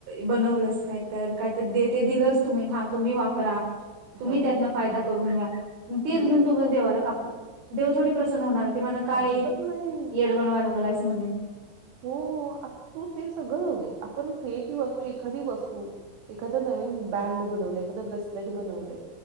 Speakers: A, on the right (about 65°); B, on the right (about 85°).
A: बनवलंस काय तर काय तर ते दिलंच तुम्ही हा तुम्ही वापरा तुम्ही
B: हा
A: त्यातनं फायदा करून घ्या, तेच
B: हम्म
A: घेऊन तु देवाला कापला देव थोडी प्रसन्न होणार आहे. ते म्हणा काय
B: अजिबात नाही
A: येड बनवा लागलास म्हणे.
B: हो, आता ते सगळं जाऊ दे आपण क्रिएटिव्ह असतो एखादी वस्तू एखादं नवीन बँड बनवले एखादं ब्रेसलेट बनवले.